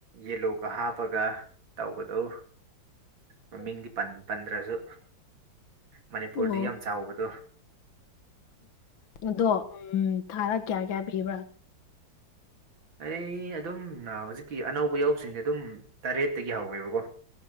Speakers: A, on the right; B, on the left.
A: ꯌꯦꯜꯂꯣꯒ ꯍꯥꯞꯄꯒ ꯇꯧꯕꯗꯣ
B: <inaudible>
A: ꯃꯃꯤꯡꯗꯤ ꯄꯟꯗ꯭ꯔꯁꯨ ꯃꯅꯤꯄꯨꯔꯗꯤ
B: ꯑꯣ
A: ꯌꯥꯝ ꯆꯥꯎꯕꯗꯣ
B: ꯑꯗꯣ ꯎꯝ ꯊꯥꯗ ꯀꯌꯥ ꯀꯌꯥ ꯄꯤꯕ꯭ꯔꯥ
A: ꯑꯩ ꯑꯗꯨꯝ ꯍꯧꯖꯤꯛꯀꯤ ꯑꯅꯧꯕ ꯌꯥꯎꯁꯤꯡꯁꯦ ꯑꯗꯨꯝ ꯇꯔꯦꯠꯇꯒꯤ ꯍꯧꯋꯦꯕꯀꯣ